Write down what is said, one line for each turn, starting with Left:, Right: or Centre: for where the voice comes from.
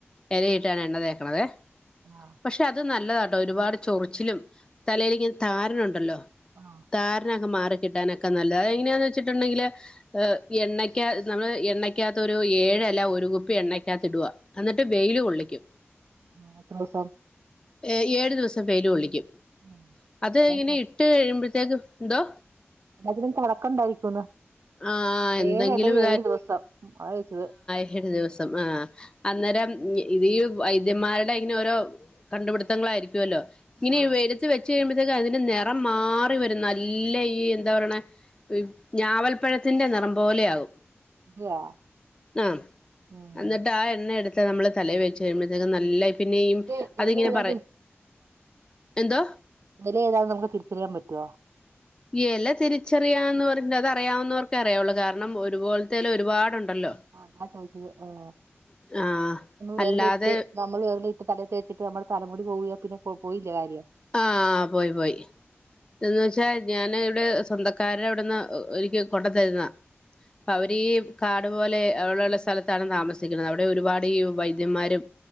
Left: എലയിട്ടാണ് എണ്ണ തേക്കണതേയ്
Right: ആഹ്
Left: പക്ഷെ അത് നല്ലതാട്ടോ ഒരുപാട് ചൊറിച്ചിലും തലെലിങ്ങനെ താരനുണ്ടല്ലോ
Right: ആഹ്
Left: താരനൊക്കെ മാറി കിട്ടാനൊക്കെ നല്ലതാ. അതെങ്ങനെയാന്ന് വെച്ചിട്ടുണ്ടെങ്കില് എഹ് എണ്ണക്കാ നമ്മള് എണ്ണയ്ക്കകത്ത് ഒരു ഏഴെല ഒരു കുപ്പി എണ്ണക്കകത്ത് ഇടുക. എന്നിട്ട് വെയില് കൊള്ളിക്കും.
Right: ആഹ് എത്രോസം?
Left: ഏഹ് ഏഴു ദിവസം വെയില് കൊള്ളിക്കും
Right: ഉം
Left: അത്
Right: എല്ലാം
Left: ഇങ്ങനെ ഇട്ട് കഴിയുമ്പഴ്ത്തേക്ക്, ന്തോ?
Right: അതിനും കണക്ക്ണ്ടായിരിക്കുന്ന്.
Left: ആഹ് എന്തെങ്കിലും
Right: ഏഴ് എല ഏഴ് ദിവസം അതാ ചോയ്ച്ചത്
Left: ഏഴു ദിവസം ആഹ് അന്നേരം ഇത് ഈ വൈദ്യന്മാരുടെ ഇങ്ങനെ ഓരോ കണ്ടുപിടുത്തങ്ങളായിരിക്കുവല്ലോ. ഇനി
Right: ആഹ്
Left: വെയിലത്ത്‌ വെ ച്ച് കഴിയുമ്പഴ്ത്തേക്ക് അതിന്റെ നിറം മാറി വരും നല്ല ഈ എന്താ പറയണെ ഞാവൽ പ്പഴത്തിന്റെ നിറം പോലെ ആകും.
Right: അതെയാ
Left: ആഹ്
Right: ഉം
Left: അന്നിട്ട് ആ എണ്ണ എടു ത്ത് നമ്മള് തലേ വെച്ച് കഴിയുമ്പഴ്ത്തേക്ക് നല്ല പിന്നെയിം
Right: ഇത്
Left: അതിങ്ങനെ
Right: ഇല ഏതാന്ന്
Left: പറ എന്തോ
Right: എല ഏതാണ് ന്ന് നമുക്ക് തിരിച്ചറിയാൻ പറ്റൊ?
Left: ഈ എല തിരിച്ചറിയാന്ന് പറഞ്ഞ അത് അറിയാവുന്നവർക്കേ അറിയുള്ളൂ കാരണം ഒരുപോലത്തെ എല ഒരുപാടുണ്ടല്ലോ
Right: ആഹ് അതാ ചോയിച്ചത് ആഹ്
Left: ആഹ്
Right: വിരലിട്ട്
Left: അല്ലാതെ
Right: നമ്മൾ വിരലി ട്ട് തലേ തേച്ചിട്ട് നമ്മളെ തല മുടി പോയാ പിന്നെ പൊ പോയില്ലേ കാര്യം.
Left: ആഹ് പോയി പോയി എന്ന് വെച്ചാ ഞാന് ഇവിടെ സ്വന്തക്കാരെ അവിടെന്ന് എനിക്ക് കൊണ്ട് തരുന്നാ അപ്പൊ അവരീ കാടു പോലെ ഉള്ള സ്ഥലത്താണ് താമസിക്കുന്നത് അവടെ ഒരുപാട് ഈ വൈദ്യന്മാരും